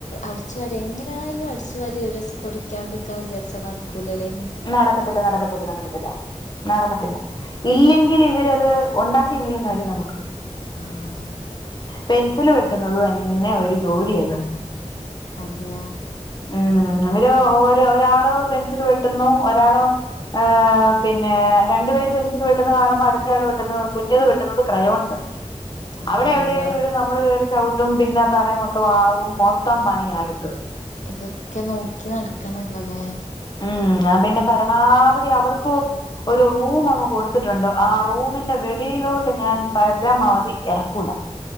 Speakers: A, on the left; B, on the left.
A: അടിച്ചുവാരി എങ്ങനായാലും അടിച്ചു വാരി ഒരു ദിവസം തൊടക്കാണ്ടരിക്കാന്ന് വിചാരിച്ചാ നടക്കൂലല്ലേ?
B: നടക്കത്തില്ല നടക്കത്തില്ല നടക്കത്തില്ല നടക്കത്തില്ല ഇല്ലെങ്കിലിവരത് ഉണ്ടാക്കിയെങ്കിലും തരും നമുക്ക്
A: ആഹ്
B: പെൻസില് വെട്ടുന്നത് തന്നെ ഒരു ജോലിയാ ഇവർക്ക്
A: അതെ
B: ഉം ഇവര് ഓര് ഒരാള് പെൻസില് വെട്ടുന്നു ഒരാള് ആഹ് പിന്നെ രണ്ടു പേര് പെൻസില് വെട്ടുന്ന കാണുമ്പോ അടുത്തയാള് വെട്ടുന്നു കുഞ്ഞത് വെട്ടുന്നത് ക്രയോൺസായിരിക്കും
A: ആ
B: അവിടെ എവിടേലും
A: നിങ്ങള്
B: ഇട നമ്മള് കയറി ചവിട്ടും പിന്നെ തറേ മൊത്തം ആവും മൊത്തം പണിയാ അടുത്തത്
A: ഇതൊക്കെ നോക്കി നട്ക്കണല്ലോല്ലേ?
B: ഉം ഞാ പിന്നെ പരമാവധി അവർക്ക് ഒരു റൂമങ്ങ് കൊടുത്തിട്ടുണ്ട് ആ റൂമിന്റെ വെളിയിലോട്ട് ഞാൻ പരമാവധി എറക്കുല